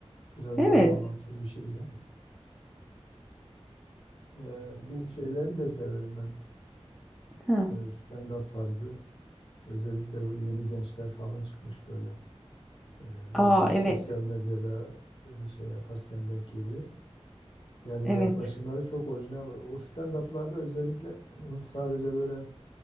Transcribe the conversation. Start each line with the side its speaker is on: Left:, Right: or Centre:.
Left: biraz
Centre: Evet.
Left: da bağlantılı bir şeyle. E, bu şeyleri de severim ben.
Centre: Hı.
Left: E, stand-up tarzı. Özellikle bu yeni gençler falan çıkmış böyle. Ee,
Centre: Aa
Left: bazen
Centre: evet.
Left: sosyal medyada öyle şey yaparken denk geliyor. Yani
Centre: Evet.
Left: yaklaşımları çok orijinal. O stand-up'larda özellikle <clears throat> sadece böyle